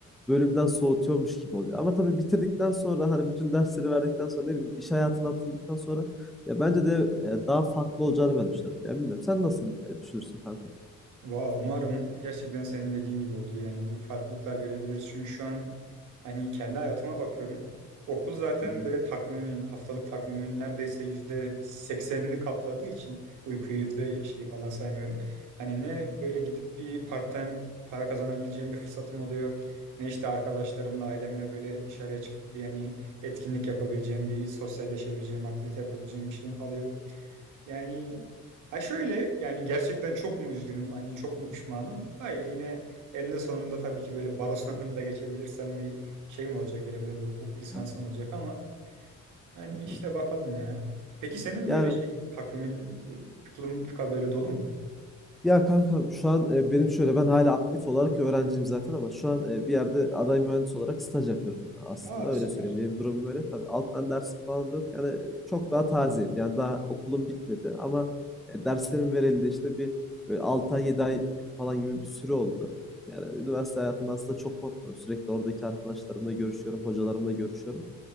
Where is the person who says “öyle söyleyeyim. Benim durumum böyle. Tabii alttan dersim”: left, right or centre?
Centre